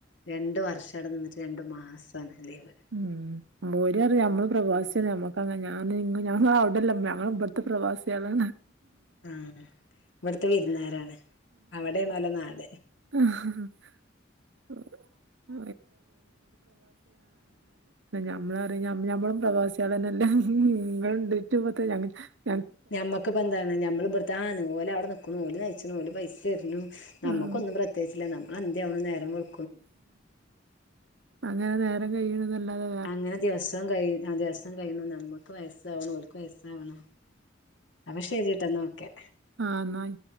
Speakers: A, on the left; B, on the right.
A: രണ്ട് വർഷവ്ടെ നിന്നിട്ട് രണ്ടു മാസാണ് ലീവ്.
B: മ്. മോരറിം അമ്മള് പ്രവാസ്യാല്ലേ ഞമ്മക്കങ്ങനെ ഞാൻ ഞങ്ങ അവിടെല്ല ഇമ്മേ ഞങ്ങ ഇവിട്ത്തെ പ്രവാസ്യാണ്.
A: ആഹ്. ഇവ്ട്ത്തെ വിര്ന്നാരാണ് അവിടെണലോ നാട്.
B: ഹ് ഹ് ഹ്. <unintelligible> <unintelligible> ഞമ്മളറിം ഞമ്മളും പ്രവാസ്യളന്നെല്ലേ <unintelligible>
A: മ്മക്കിപ്പ എന്താണ് നമ്മള് എതാന്ന് ഓല അവ്ടെ നിക്ക്ണു ഓല് നയിച്ണു ഓല് പൈസര്ന്നു നമുക്കൊന്നും
B: ആഹ്
A: പ്രത്യേകിച്ചില്ല ന അന്ത്യാവ്ണ് നേരം വെൾ
B: അങ്ങനെ നേരം കഴിയ്ണ് ന്നല്ലാതെ
A: അങ്ങനെ ദിവസം കയ്യും ആ ദിവസ <unintelligible> നമ്മക്ക് വയസാവ്ണു ഓൽക്ക് വയസ്സാവ്ണു അപ്പൊ ശെരീട്ടോ ഇന്നാ ഓക്കെ.
B: ആഹ് ന്നയി